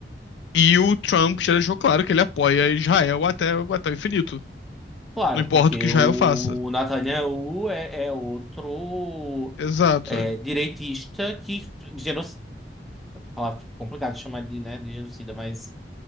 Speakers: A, on the left (about 80°); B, in the centre.
A: E o Trump já deixou claro que ele apoia Israel até, até o infinito.
B: Claro,
A: Não importa
B: porque
A: o que Israel
B: o
A: faça.
B: Netanyahu é, é outro
A: Exato.
B: é, direitista que geno... Ela é complicado chamar de, né, de genocida, mas